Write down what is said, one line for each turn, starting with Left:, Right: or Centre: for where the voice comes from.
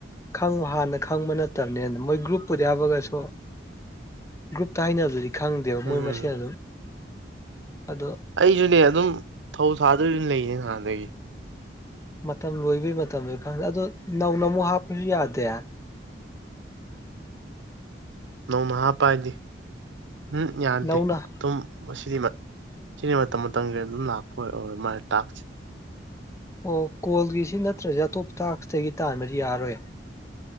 Left: ꯈꯪ ꯍꯥꯟꯅ ꯈꯪꯕ ꯅꯠꯇꯕꯅꯤꯅ ꯃꯣꯏ ꯒ꯭ꯔꯨꯞꯄꯨꯗ ꯍꯥꯞꯄꯒꯁꯨ ꯒ꯭ꯔꯨꯞꯇ ꯍꯥꯏꯅꯕꯗꯨꯗꯤ ꯈꯪꯗꯦꯕ
Right: ꯎꯝ
Left: ꯃꯣꯏ ꯃꯁꯦꯟ ꯑꯗꯨꯝ ꯑꯗꯣ
Right: ꯑꯩꯖꯨꯅꯦ ꯑꯗꯨꯝ ꯊꯧ ꯁꯥꯗꯕꯤ ꯑꯗꯨꯝ ꯂꯩꯅꯦ ꯅꯍꯥꯟꯗꯒꯤ
Left: ꯃꯇꯝ ꯂꯣꯏꯕꯒꯤ ꯃꯇꯝꯖꯨ ꯈꯪꯗꯦ ꯑꯗꯣ ꯅꯧꯅ ꯑꯃꯨꯛ ꯍꯥꯞꯄꯖꯨ ꯌꯥꯗꯦ
Right: ꯅꯣꯡꯃ ꯍꯄꯥ ꯍꯥꯏꯗꯤ ꯎꯝ ꯌꯥꯗꯦ
Left: ꯅꯧꯅ
Right: ꯑꯗꯨꯝ ꯃꯁꯤꯗꯤ ꯃ ꯁꯤꯗꯤ ꯃꯇꯝ ꯃꯇꯝꯒꯤ ꯑꯗꯨꯝ ꯂꯥꯛꯄ ꯑꯣꯏ ꯑꯣꯏꯔ ꯃꯥꯥꯜꯂꯦ ꯇꯥꯛꯁꯤꯗꯤ
Left: ꯑꯣ ꯀꯣꯜꯒꯤ ꯁꯤ ꯅꯠꯇ꯭ꯔꯗꯤ ꯑꯇꯣꯞꯄ ꯇꯥꯛꯁꯗꯒꯤ ꯇꯥꯟꯕꯗꯤ ꯌꯥꯔꯔꯣꯏ